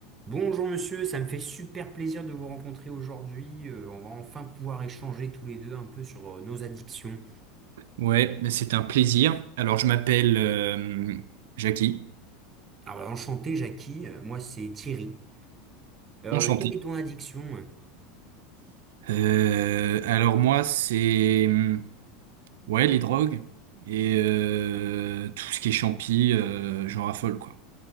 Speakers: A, on the right (about 25°); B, on the right (about 60°).
A: Bonjour monsieur, ça me fait super plaisir de vous rencontrer aujourd'hui. Euh, on va enfin pouvoir échanger tous les deux un peu sur euh, nos addictions.
B: Ouais, mais c'est un plaisir. Alors, je m'appelle euh, Jackie,
A: Alors bah, enchanté Jackie, Euh, moi c'est Thierry. Euh,
B: enchanté.
A: quelle est ton addiction?
B: Euh, alors moi, c'est hum, ouais les drogues et euh, tout ce qui est champi, euh, j'en raffole quoi.